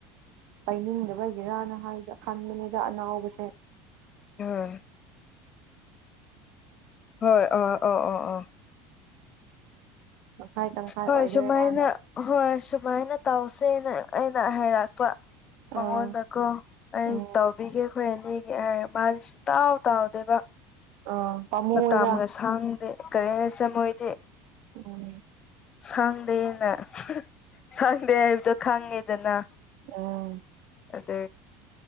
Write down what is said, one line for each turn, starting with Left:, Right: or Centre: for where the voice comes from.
Right: ꯄꯥꯏꯅꯤꯡꯗꯕ ꯑꯣꯏꯒꯦꯔꯅ ꯍꯥꯏꯒ ꯈꯟꯕꯅꯤꯗ ꯑꯅꯥꯎꯕꯁꯦ
Left: ꯑꯝ ꯍꯣꯏ ꯑ ꯑꯣ ꯑꯣ ꯑ
Right: ꯇꯪꯈꯥꯏ ꯇꯪꯈꯥꯏ
Left: ꯍꯣꯏ
Right: ꯑꯣꯏꯗꯣꯏꯔꯅ
Left: ꯁꯨꯃꯥꯏꯅ ꯍꯣꯏ ꯁ ꯁꯨꯃꯥꯏꯅ ꯇꯧꯁꯦꯅ ꯑꯩꯅ ꯍꯥꯏꯔꯛꯄ ꯃꯉꯣꯟꯗ
Right: ꯑꯥ
Left: ꯀꯣ ꯑꯩ
Right: ꯎꯝ
Left: ꯇꯧꯕꯤꯒꯦ ꯑꯩꯈꯣꯏ ꯑꯅꯤꯒꯤ ꯍꯥꯔ ꯃꯥꯁꯦ ꯁꯨꯡꯇꯧ ꯇꯩꯗꯦꯕ
Right: ꯑꯥ ꯄꯥꯝꯃꯨꯌꯦꯗ
Left: ꯃꯇꯝꯒ ꯁꯥꯡꯗꯦ ꯀꯔꯤ ꯍꯥꯏꯁꯤꯔ ꯃꯣꯏꯗꯤ
Right: ꯎꯝ
Left: ꯁꯪꯗꯦꯅ ꯁꯪꯗꯦ ꯍꯥꯏꯕꯗꯣ ꯈꯪꯉꯦꯗꯅ
Right: ꯎꯝ
Left: ꯑꯗꯨ